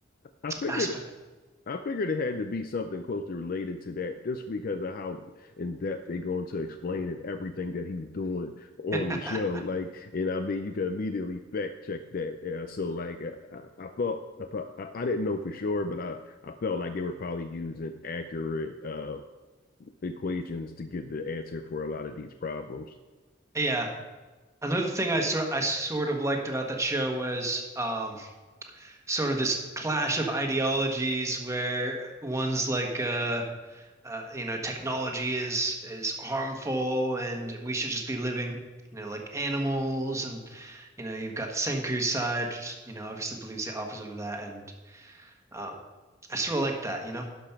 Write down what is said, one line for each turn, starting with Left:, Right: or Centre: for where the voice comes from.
Left: I figured
Right: aspect.
Left: I figured it had to be something closely related to that just because of how in depth they go into explaining everything that he's doing on
Right: <laughs>
Left: the show. Like, and I mean, you can immediately fact check that. Yeah, so, like, uh, I, I felt I, I didn't know for sure, but I, I felt like they were probably using accurate uh, equations to get the answer for a lot of these problems.
Right: Yeah. Another thing I sort I sort of liked about that show was um sort of this clash of ideologies where one's like uh uh, you know, technology is is harmful and we should just be living, you know, like animals and you know, you've got Senku's side, which, you know, obviously believes the opposite of that and um I sort of like that, you know.